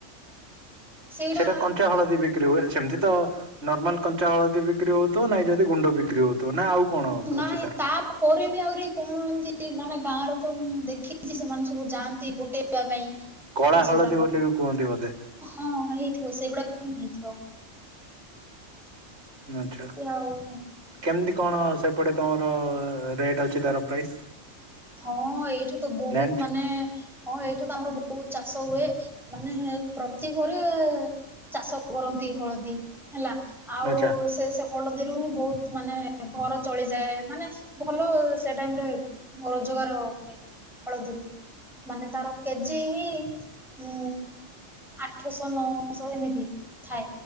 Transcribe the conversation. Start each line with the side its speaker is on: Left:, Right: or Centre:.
Centre: ସେଇଟା
Right: ସେଟା କଞ୍ଚା ହଳଦୀ ବିକ୍ରି ହୁଏ ସେମିତି ତ ନର୍ମାଲ କଞ୍ଚା ହଳଦୀ ବିକ୍ରି ହଉୁ ନାଇଁ ଯଦି ଗୁଣ୍ଡ ବିକ୍ରି ହଉ ନା ଆଉ କଣ
Centre: ନାଇଁ
Right: ଅଛି ତାର?
Centre: ତାପରେ ବି ଆହୁରି କଣ ଅଛି। ମାନେ ଗାଁ ର ତ ମୁଁ ଦେଖିଛି ସେମାନେ ସବୁ ଯାଆନ୍ତି ବୁଟେଇବା ପାଇଁ
Right: କଳା
Centre: ସେଗୁଡାକ
Right: ହଳଦୀ ବୋଲି ବି କୁହନ୍ତି ବୋଧେ
Centre: ହଁ ହେଇଥିବ ସେଗୁଡା ନିଛ <inaudible>
Right: ଆଛା
Centre: ଆଉ।
Right: କେମିତି କଣ ସେପଟେ ତମର ରେଟ୍ ଅଛି ତାର ପ୍ରାଇସ୍
Centre: ହଁ ଏଇଠା ତ ବହୁତ
Right: ଜାଣିଛ
Centre: ମାନେ ହଁ ଏଇଠା ତ ଆମର ବହୁତ୍ ଚାଷ ହୁଏ ମାନେ ପ୍ରତି ଘରେ ଚାଷ କରନ୍ତି ହଳଦୀ ହେଲା ଆଉ
Right: ଆଚ୍ଛା
Centre: ସେ ହଳଦୀରୁ ହିଁ ବହୁତ ମାନେ ଘର ଚଳିଯାଏ ମାନେ ଭଲ ସେ ଟାଇମରେ ରୋଜଗାର ହୁଏ ହଳଦୀରୁ ମାନେ ତାର କେଜି ହିଁ ଉ ଆଠଶହ ନଅଶହ ଏମିତି ଥାଏ